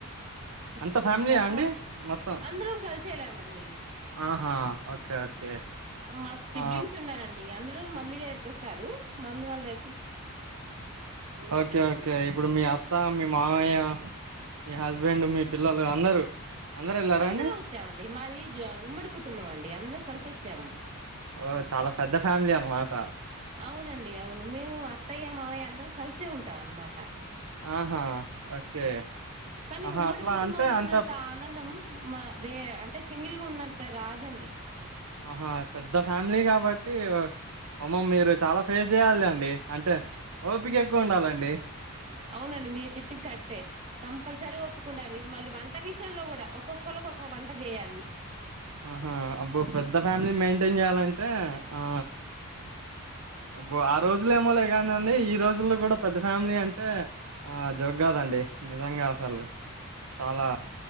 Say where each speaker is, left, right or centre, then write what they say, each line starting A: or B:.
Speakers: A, on the right (about 30°); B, on the right (about 80°).
A: ఈ
B: అంత ఫ్యామిలీయా
A: ఇపుడు సమ్మర్
B: అండి
A: హాల
B: మొత్తం
A: అందరం కలిసి వెళ్ళమండి
B: ఆహా ఓకే ఓకే
A: మాకు సిబ్లింగ్స్
B: ఆ
A: ఉన్నారండి అందరూ మమ్మీ దగ్గ వస్తారు మమ్మీ వాళ్ళ ద
B: ఓకే ఓకే ఇప్పుడు మీ అత్త మీ మామయ్య మీ హస్బెండ్ మీ పిల్లలు అందరూ అందరు వెళ్ళారా
A: అందరం
B: అండి
A: వచ్చామండి మాది ఉమ్మడి కుటుంబం అండి అందరం కలిసి వచ్చాము.
B: ఓ చాలా పెద్ద ఫ్యామిలీ అనమాట
A: అవునండి. అవును మేము అత్తయ్య మావయ్య అందరం కలిసే ఉంటాం అనమాట.
B: ఆహా ఓకే
A: కానీ
B: ఆహా
A: ఉమ్మడి
B: అట్లా
A: కుటుంబంలో
B: అంటే అంత
A: ఉన్నంత ఆనందం మా అంటే సింగిల్ గా ఉన్నంటారాద్ దండి
B: ఆహా పెద్ద ఫ్యామిలీ కాబట్టి ఉమ్మ మీరు చాలా ఫేస్ చేయాలి అండి అంటే ఓపిక ఎక్కువ ఉండాలండి.
A: అవునండి మీరు చెప్పింది కరెక్టే కంపల్సరీ ఒప్పుకుండాలి. మళ్ళీ వంట విషయంలో కూడా ఒక్కొక్ క్కళ్ళక్ ఒక్కొ వంట చేయాలి
B: ఆహా అబ్బో పెద్ద ఫ్యామిలీ మెయింటైన్ చేయాలంటే ఆ అబ్బా ఆ రోజులు ఏమో లే కానిండి ఈ రోజుల్లో కూడా పెద్ద ఫ్యామిలీ అంటే ఆ జోగ్ కాదండి నిజంగా అసలు చాలా